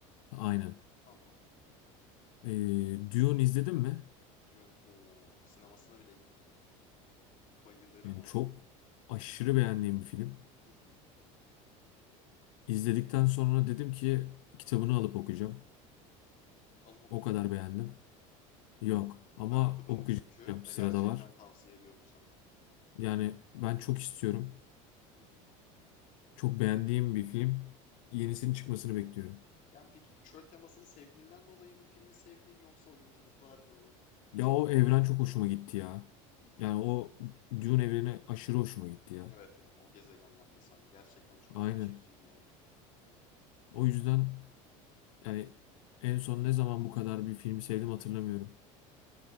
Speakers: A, on the left; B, on the left.
A: Aynen.
B: Tamam.
A: Ee, Dune izledin mi?
B: Dune. Oo, sinemasına bile gittim. Bayılırım
A: Yani
B: ona.
A: çok aşırı beğendiğim bir film.
B: Hı hı.
A: İzledikten sonra dedim ki kitabını alıp okuyacağım.
B: Alıp okudun
A: O kadar
B: mu peki?
A: beğendim. Yok ama
B: Ben okudum
A: okuyacağım.
B: çünkü ve
A: Sırada
B: gerçekten
A: var.
B: tavsiye ediyorum sana.
A: Yani ben çok istiyorum.
B: Hı hı.
A: Çok beğendiğim bir film. Yenisinin çıkmasını bekliyorum.
B: Yani peki çöl temasını sevdiğinden dolayı mı filmi sevdiğin yoksa oyunculuklar mı?
A: Ya
B: Ne
A: o
B: bileyim
A: evren
B: yönetmen
A: çok hoşuma
B: mi?
A: gitti ya.
B: Hı hı.
A: Yani o Dune evreni aşırı hoşuma gitti ya.
B: Evet ya o gezegenler vesaire gerçekten çok
A: Aynen.
B: ilgi çekiciydi yani.
A: O yüzden yani en son ne zaman bu kadar bir filmi sevdim hatırlamıyorum.